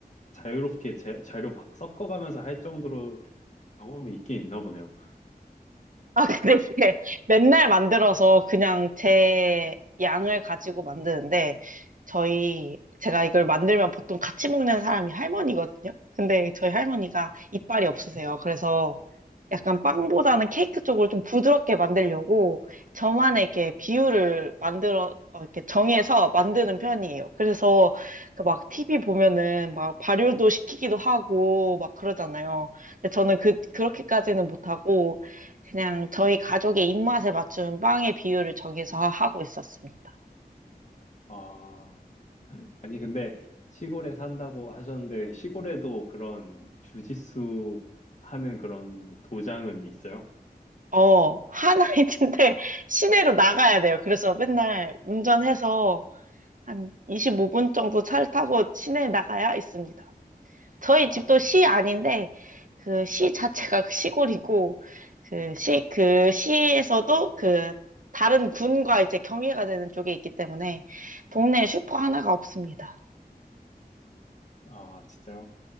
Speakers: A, on the left (about 50°); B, on the right (about 55°).
A: 자유롭게 재, 재료 막 섞어가면서 할 정도로 경험이 있긴 있나 보네요.
B: 아, <laughs> 근데 이게 맨날 만들어서 그냥 제 양을 가지고 만드는데, 저희, 제가 이걸 만들면 보통 같이 먹는 사람이 할머니거든요? 근데 저희 할머니가 이빨이 없으세요. 그래서 약간 빵보다는 케이크 쪽으로 좀 부드럽게 만들려고 저만의 이렇게 비율을 만들어, 어, 이렇게 정해서 만드는 편이에요. 그래서 그 막 TV 보면은 막 발효도 시키기도 하고 막 그러잖아요. 근데 저는 그, 그렇게까지는 못하고, 그냥 저희 가족의 입맛에 맞춘 빵의 비율을 정해서 하고 있었습니다.
A: 아, 아니 근데 시골에 산다고 하셨는데 시골에도 그런 주짓수 하는 그런 도장은 있어요?
B: 어, 하나인데 <laughs> 시내로 나가야 돼요. 그래서 맨날 운전해서 한 25분 정도 차를 타고 시내에 나가야 있습니다. 저희
A: 아,
B: 집도 시 아닌데 그 시 자체가 <laughs> 시골이고 그 시, 그 시에서도 그 다른 군과 이제 경계가 되는 쪽에 있기 때문에 동네에 슈퍼 하나가 없습니다.
A: 아, 진짜요?